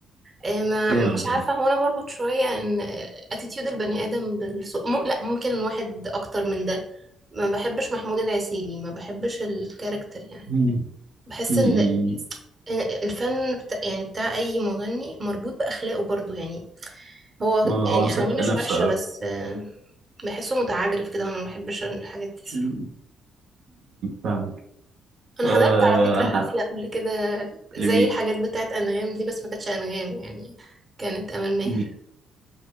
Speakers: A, on the right; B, on the right.
A: آه، ما
B: جامد
A: مش عارفة هو انا بربط شوية ان اتيتيود البني ادم بالسوق م... لا ممكن الواحد اكتر من ده ما بحبش محمود العسيلي ما بحبش الكاركتر يعني
B: مم.
A: بحس
B: مم.
A: ان إن الفن بتاع يعني بتاع اي مغني مربوط باخلاقه برضو يعني هو
B: هو
A: يعني
B: مصدق
A: اغانيه مش
B: نفسه
A: وحشة بس آه، بحسه متعجرف كده وانا ما بحبش الحاجات دي صراحة
B: امم فاهمك
A: انا
B: آه
A: حضرت على فكرة
B: انا
A: حفلة قبل كده
B: لمين
A: زي الحاجات بتاعت انغام دي بس ما كانتش انغام يعني كانت امل ماهر
B: مم.